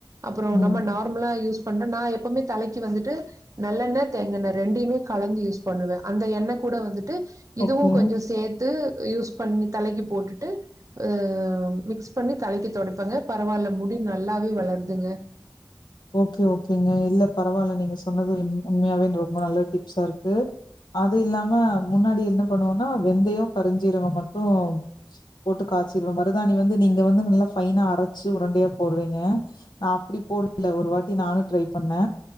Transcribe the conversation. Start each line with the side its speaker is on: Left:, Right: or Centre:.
Right: அப்பறோ
Left: ம்.
Right: நம்ம நார்மலா யூஸ் பண்ற நா எப்பமே தலைக்கு வந்துட்டு நல்லெண்ண தேங்கெண்ண ரெண்டயுமே கலந்து யூஸ் பண்ணுவே அந்த எண்ண கூட வந்துட் டு இதுவு
Left: ஓகே.
Right: கொஞ்சோ சேத்து யூஸ் பண்ணி தலைக்கு போட்டுட்டு அஹ் மிக்ஸ் பண்ணி தலைக்கு தொடைப்பங்க பரவால்ல முடி நல்லாவே வளருதுங்க
Left: ஓகே ஓகேங்க இல்ல பரவால்ல நீங்க சொன்னது உம் உண்மையாவே ரொம்ப நல்ல டிப்ஸா இருக்கு அது இல்லாம முன்னாடி என்ன பண்ணுவோன்னா வெந்தயோ கருஞ்சீரகம் மட்டும் போட்டு காச்சிருவே மருதாணி வந்து நீங்க வந்து நல்லா ஃபைனா அரச்சு உருண்டையா போடுறீங்க நா அப்டி போ இல்ல ஒரு வாட்டி நானு ட்ரை பண்ணே